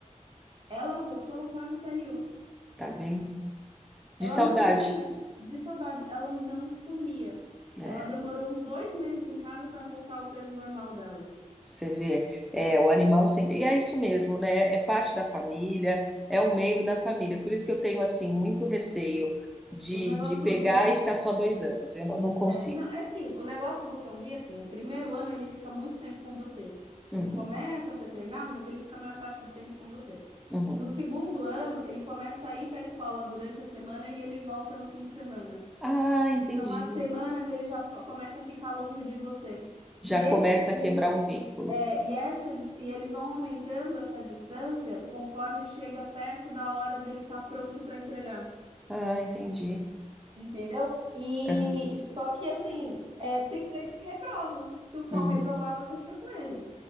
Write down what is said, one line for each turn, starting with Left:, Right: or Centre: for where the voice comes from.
Right: Ela voltou quase pele e osso.
Centre: tá vendo?
Right: Ela
Centre: De saudade.
Right: não comia, de saudade, ela não comia.
Centre: É.
Right: Ela demorou uns dois meses em casa para voltar ao peso normal dela.
Centre: Você vê, é, o animal sempre. E é isso mesmo, né? É parte da família, é um membro da família. Por isso que eu tenho, assim, muito receio de,
Right: O negócio
Centre: de pegar
Right: do
Centre: e ficar só dois anos. Eu não, não consigo.
Right: Não, é assim, o negócio do cão-guia, assim, o primeiro ano ele fica muito tempo com você.
Centre: Uhum,
Right: Ele começa a ser treinado, mas ele fica a maior parte do tempo com você.
Centre: uhum.
Right: No segundo ano, ele começa a ir para a escola durante a semana e ele volta no fim de semana.
Centre: Ah,
Right: Então,
Centre: entendi.
Right: as semanas ele já p- começa a ficar longe de você.
Centre: Já
Right: E, esse,
Centre: começa
Right: e,
Centre: a quebrar um vínculo.
Right: é, e, essa, dis- e eles vão aumentando essa distância conforme chega perto da hora dele estar pronto para entregar.
Centre: Ah, entendi.
Right: Entendeu? E
Centre: Aham,
Right: só que assim, é, tem cães que reprovam. Se o cão
Centre: uhum,
Right: reprovar, você fica com ele.